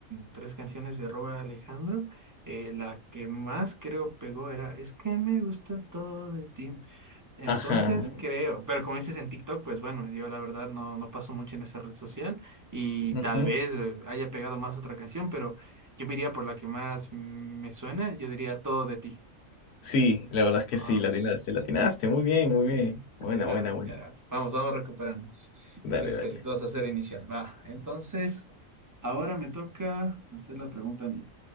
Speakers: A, on the right; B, on the left.
A: tres canciones de Robert Alejandro. Eh, la que más creo pegó era Es que me gusta todo de ti. Entonces
B: Ajá.
A: creo, pero como dices en TikTok, pues bueno, yo la verdad no, no paso mucho en esa red social y
B: ujú.
A: tal vez eh, haya pegado más otra canción, pero yo me iría por la que más mm, me suena, yo diría Todo de ti.
B: Sí, la verdad es que
A: Ah,
B: sí, la
A: pues,
B: atinaste, la atinaste. Muy bien, muy bien. Buena,
A: Ya era,
B: buena,
A: hora,
B: buena.
A: ya era. hora. Vamos, vamos recuperarnos
B: Dale,
A: de ese
B: dale,
A: dos a 0 inicial. Va, entonces, ahora me toca hacer la pregunta a mí.